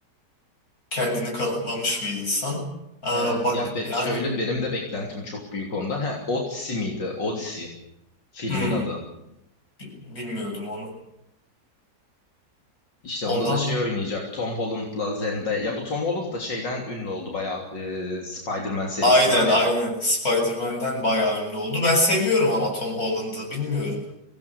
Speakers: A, on the left; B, on the left.
A: Kendini kanıtlamış bir insan. Aa,
B: Evet
A: bak
B: ya be-
A: yani
B: şöyle benim de beklentim çok büyük ondan. Ha Odyssey miydi? Odyssey filmin
A: hmm,
B: adı.
A: bi- bilmiyordum onu.
B: İşte
A: Ondan
B: onda da şey oynayacak. Tom Holland'la Zendaya. Ya bu Tom Holland da şeyden ünlü oldu bayağı. e, Spider-Man serisi
A: aynen
B: var
A: aynen
B: ya.
A: Spider-Man'den bayağı ünlü oldu. Ben seviyorum ama Tom Holland'ı bilmiyorum.